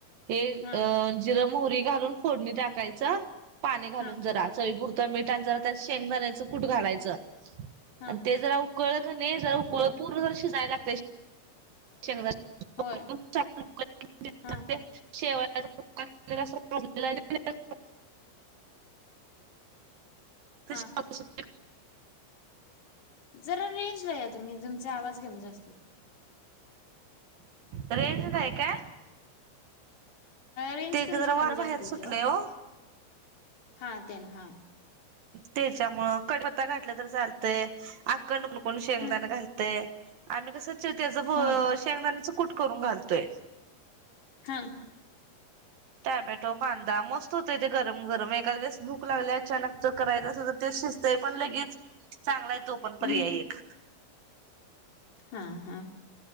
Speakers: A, on the right (about 65°); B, on the left (about 70°).
A: हे
B: हा
A: अ जिरं, मोहरी घालून फोडणी टाकायच, पाणी घालून
B: हा
A: जरा. चवीपुरत मीठ, आणि जरा त्या शेंगदाण्यायचं कुट घालायचं,
B: हा
A: आणि ते जरा ऊकळ कनई, जरा उकळू पूर्ण शिजाय लागतय <unintelligible>
B: होय हा
A: <inaudible> शेवा <unintelligible> <inaudible> <unintelligible>
B: हा
A: <inaudible>
B: जरा रेंजला या तुम्ही, तुमचा आवाज कमी जास्त होतोय.
A: रेंज नाही काय?
B: रेंज
A: ते
B: तुमची
A: जरा वार
B: कमी
A: बाहेर
B: जास्ती होत्या
A: सुटलंय
B: ओ.
A: हो.
B: हा, त्यांन, हां.
A: त्याच्यामुळ, कडपत्ता घातलं तर चालतंय, अक्कंड कोण कोण शेंगदाना
B: हम्म
A: घालत ते आम्ही कसं च तेच,
B: हा
A: शेंगदाण्याचं कुट करून घालतोय.
B: हां.
A: टॅमॅटो, कांदा, मस्त होतय, ते गरम गरम, एखादेळेस भूक लागली अचानक तर करायच असल तर ते शि पण लगेच, चांगला आहे तो पण पर्याय
B: हम्म
A: एक.
B: हा हा.